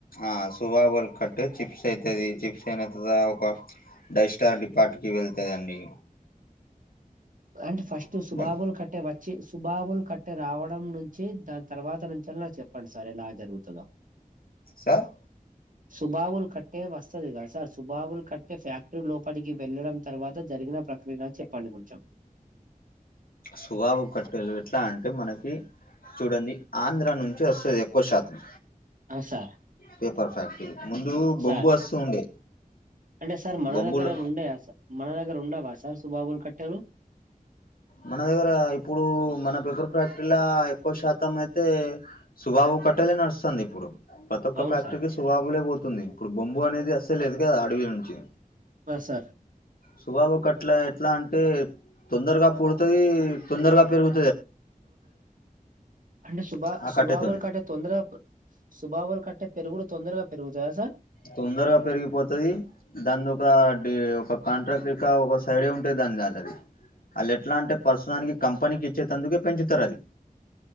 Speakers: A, on the left; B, on the right.
A: ఆ సుభాబుల కట్టె చిప్స్ అయితది చిప్స్ ఒక డైస్టార్ డిపార్ట్ కి వెళ్తదండి
B: అంటే ఫస్ట్
A: ఉమ్
B: సుభాబుల్ కట్ట కట్టే వచ్చి సుభాబుల్ కట్టే రావడం నుంచి దాని తర్వాత నుంచి అన్న చెప్పండి సార్ ఎలా జరుగుతాదో
A: సార్
B: సుభాబులు కట్టే వస్తాది కదా సార్ సుభాబుల్ కట్టే ఫ్యాక్టర లోపలికి వెళ్ళడం తరువాత జరిగిన ప్రక్రియలు చెప్పండి కొంచెం
A: సుభాబువు కట్టెలు ఎట్లా అంటే మనకి చూడండి ఆంధ్ర నుంచి వస్తాది ఎక్కువ శాతం
B: అవ్ సార్
A: పేపర్ ఫ్యాక్టరీ ముందు బొంగు
B: సార్
A: వస్తు ఉండే
B: అంటే సార్ మన
A: బొంబులు
B: దగ్గర అవి ఉండేవా సార్ మన దగ్గర ఉండవా సార్ సుభావుల కట్టెలు
A: మన దగ్గర ఇప్పుడు మన పెపర్ ఫ్యాక్టరీలా ఎక్కువ శాతం అయితే సుభాబు కట్టేలే నడుస్తుంది ఇప్పుడు ప్రతి ఒక్క
B: అవును
A: ఫ్యాక్టరీకి
B: సార్
A: సుభాబులే పోతుంది ఇప్పుడు బొంగు అనేది అసలు లేదు కదా అడవి నుంచి
B: ఇంగా సార్
A: సుభాబు కట్లా ఎట్లా అంటే తొందరగా పుడతాయి తొందరగా పెరుగుతాయి
B: అంటే సుభా
A: ఆ
B: సుభాబుల
A: కట్టెతోని
B: కట్టె తొందరగా సుభాబులు కట్టే పెరుగుడు తొందరగా పెరుగుతాయా సార్
A: తొందరగా పెరిగిపోతాయి దాని ఒక ఒక కాంట్రాక్ట్ <unintelligible> కా ఒక సైడే ఉంటే దాని దాన్లాది అది ఎట్లా అంటే ప్రస్తుతానికి కంపెనీకి ఇచ్చేటందుకే పెంచుతారు అది